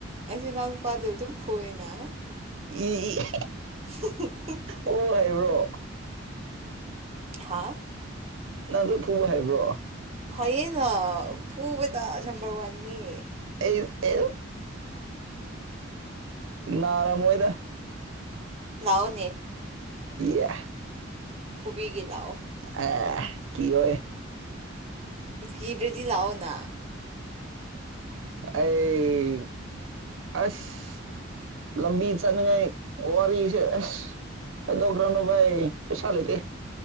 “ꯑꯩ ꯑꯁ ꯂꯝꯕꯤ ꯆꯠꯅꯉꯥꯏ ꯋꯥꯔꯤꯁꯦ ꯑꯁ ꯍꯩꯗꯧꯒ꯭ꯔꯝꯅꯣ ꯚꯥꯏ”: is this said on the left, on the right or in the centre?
Right